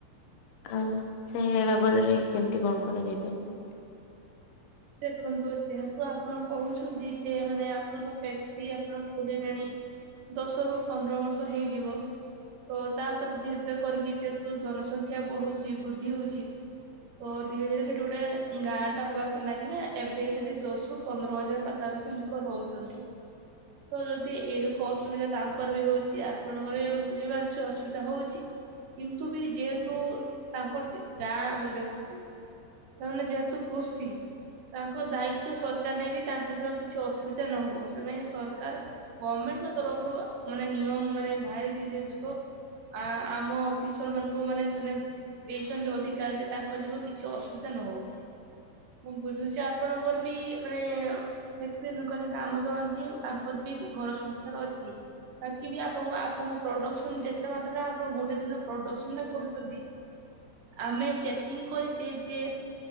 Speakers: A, on the left; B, on the right.
A: ଆଉ ସେ ବାବଦରେ କେମତି କଣ କରାଯାଇ ପାରିବ?
B: ଦେଖନ୍ତୁ ଯେହେତୁ ଆପଣ କହୁଛନ୍ତି ଯେ ମାନେ ଆପଣଙ୍କ ଫ୍ୟାକ୍ଟ୍ରି ଆପଣ ଖୋଲିଲେଣି ଦଶରୁ ପନ୍ଦର ବର୍ଷ ହେଇଯିବ। ତ ତାପରେ ଧୀରେ ଧୀରେ କରିକି ଯେହେତୁ ଜନସଂଖ୍ୟା ବଢୁଛି ବୃଦ୍ଧି ହଉଛି ତ ଧୀରେ ଧୀରେ ସେଠି ଗୋଟେ ଗାଁ ଟା ହବାକୁ ଲାଗିଲା ଏବେ ସେଠି ଦଶ ରୁ ପନ୍ଦରହଜାର ପାଖାପାଖି ଲୋକ ରହୁଛନ୍ତି। ତ ଯଦି ଏରକ ଅସୁବିଧା ତାଙ୍କର ବି ହଉଛି ଆ ଆପଣଙ୍କର ବି ଆମେ ବୁଝିପାରୁଛୁ ଅସୁବିଧା ହଉଛି। କିନ୍ତୁ ବି ଯେହେତୁ ତାଙ୍କରଟି ଗାଁ ମାନେ ଦେଖନ୍ତୁ ସେମାନେ ଯେହେତୁ କୃଷି ତାଙ୍କ ଦାୟିତ୍ୱ ସରକାର ନେଇଚି ତାଙ୍କ ଯମା କିଛି ଅସୁବିଧା ନ ହବ ସେମାନେ ସରକାର ଗଭଣମେଣ୍ଟଙ୍କ ତରଫରୁ ମାନେ ନିୟମ ମାନେ ଭାରିଚି ଯେ ଜକ ଆ ଆମ ଅଫିସରମାନଙ୍କୁ ମାନେ ସେ ଦେଇଛନ୍ତି ଅଧିକାର ଯେ ତାଙ୍କ ଯୋଗୁଁ କିଛି ଅସୁବିଧା ନ ହଉ। ମୁଁ ବୁଝୁଛି ଆପଣଙ୍କର ବି ମାନେ ଫାକ୍ଟ୍ରି ଦୋକାନ କାମ କରନ୍ତି ତାଙ୍କର ବି ଘର ସଂସାର ଅଛି। ବାକି ବି ଆପଣ ଆପଣଙ୍କ ପ୍ରଡକ୍ସନ ଯେତେ ମାତ୍ରା ଆପଣ ଗୋଟେଦିନ ପ୍ରଡକ୍ସନଟା କରୁଛନ୍ତି ଆମେ ଚେକିଂ କରିଚେ ଯେ